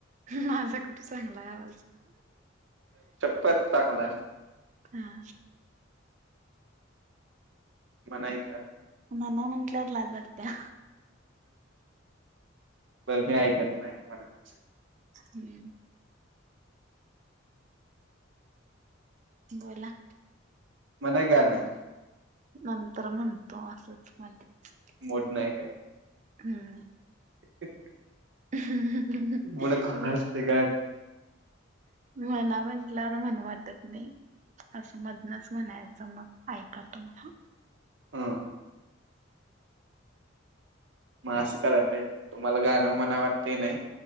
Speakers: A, on the right (about 35°); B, on the right (about 65°).
A: माझा कुठे चांगलाय आवाज.
B: पण चांगला आहे.
A: हा.
B: पण ऐक ना.
A: म्हणा म्हंटल्यावर लाज वाटत्या.
B: बर मी ऐकत नाही कुणाचं.
A: हम्म. बोला.
B: म्हणा की गाणं.
A: नंतर म्हणतो असंच मा <unintelligible>
B: मूड नाय का.
A: हम्म.
B: <inaudible>
A: <inaudible>
B: मुडक <unintelligible>
A: म म्हणा म्हटल्यावर म्हणू वाटत नाही. असं मधनच म्हणायचं मग ऐका तुमही.
B: हा. म असं कराय पाहिजे तुम्हाला गाणं मना वाटतं नाही.